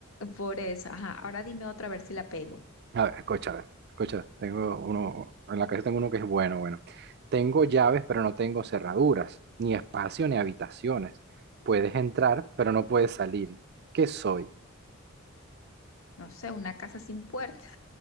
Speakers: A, on the left; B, on the right.
A: Por eso, ajá, ahora dime otra a ver si la pego.
B: A ver, escucha, a ver, escucha, tengo uno, en la casa tengo uno que es bueno, bueno. Tengo llaves, pero no tengo cerraduras, ni espacio ni habitaciones. Puedes entrar, pero no puedes salir. ¿Qué soy?
A: No sé, una casa sin puerta.